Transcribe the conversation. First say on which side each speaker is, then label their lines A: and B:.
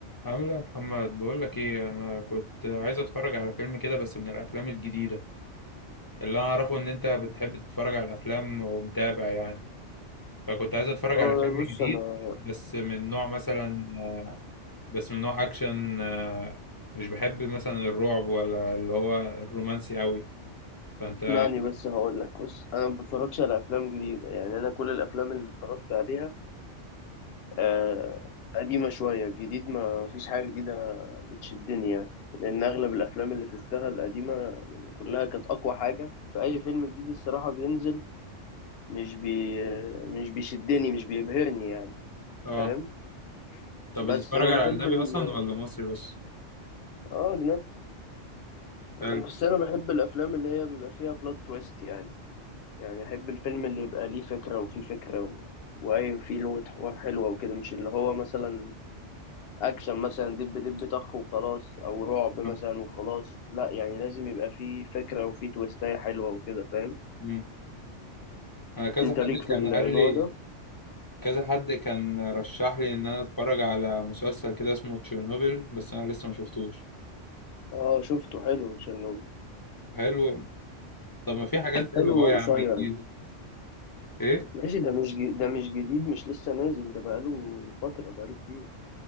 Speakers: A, on the left; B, on the left.
A: عامل ايه يا محمد بقول لك ايه انا كنت عايز اتفرج على فيلم كده بس من الافلام الجديده اللي انا اعرفه ان انت بتحب تتفرج على الافلام ومتابع يعني فكنت عايز اتفرج
B: والله
A: على فيلم
B: بص
A: جديد
B: انا
A: بس من نوع مثلا بس من نوع اكشن آه، مش بحب مثلا الرعب ولا اللي هو الرومانسي قوي فانت
B: اسمعني بس هقول لك بص انا ما بتفرجش على افلام جديده يعني انا كل الافلام اللي اتفرجت عليها آه قديمه شويه جديد ما فيش حاجه جديده بتشدني يعني لان اغلب الافلام اللي شفتها القديمه كلها كانت اقوى حاجه فاي فيلم جديد الصراحه بينزل مش بي مش بيشدني مش بيبهرني يعني
A: اه
B: فاهم
A: طب
B: بس
A: بتتفرج
B: انا
A: على
B: بحب
A: اجنبي
B: ال...
A: اصلا ولا مصري بس
B: اه اجنبي بس
A: حلو
B: انا بحب الافلام اللي هي بيبقى فيها بلوت تويست يعني يعني احب الفيلم اللي يبقى ليه فكرة وفيه فكرة و... وقايم فيه لغة حوار حلوة وكده مش اللي هو مثلا اكشن مثلا دب دب طخ وخلاص او رعب مثلا
A: آه.
B: وخلاص لا يعني لازم يبقى فيه فكرة وفيه تويستاية حلوة وكده فاهم
A: مم. انا كذا
B: انت
A: حد
B: ليك في
A: كان
B: النوع
A: قال لي
B: ده
A: كذا حد كان رشح لي ان انا اتفرج على مسلسل كده اسمه تشيرنوبل بس انا لسه ما شفتوش
B: اه شفته حلو تشيرنوبل
A: حلو طب ما في حاجات
B: حلو
A: حلوه اهو يا
B: وقصير
A: عم جديد ايه
B: ماشي ده مش ج- ده مش جديد مش لسه نازل ده بقاله فترة بقاله كتير